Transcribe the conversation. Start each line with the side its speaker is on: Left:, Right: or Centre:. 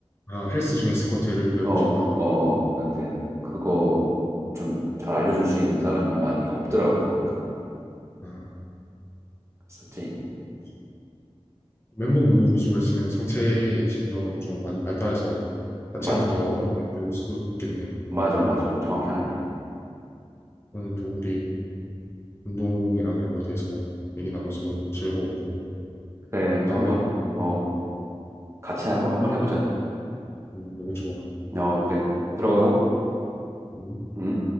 Left: 아, 헬스 중에 스쿼트를 배우고
Right: 어, 어,
Left: 싶다.
Right: 어. 그런데 그거 좀 잘 알려줄 수 있는 사람이 많이 없더라고, 보니까.
Left: 아,
Right: 그랬었지.
Left: 그렇지. 맨몸 운동 위주로 했으면 상체의 신경이 좀 많이 발달해서 하체는
Right: 맞아.
Left: 더 어렵게 느껴질 수도 있겠네.
Right: 맞아, 맞아. 정확히 아네.
Left: 오늘 또 우리 운동이랑 이런 거에 대해서 얘기 나눠서 너무 즐거웠고,
Right: 그래,
Left: 또 다음에
Right: 한번, 어, 같이 해- 한번 해보자.
Left: 음, 너무 좋아.
Right: 어, 그래, 그래. 들어가고.
Left: 음.
Right: 음.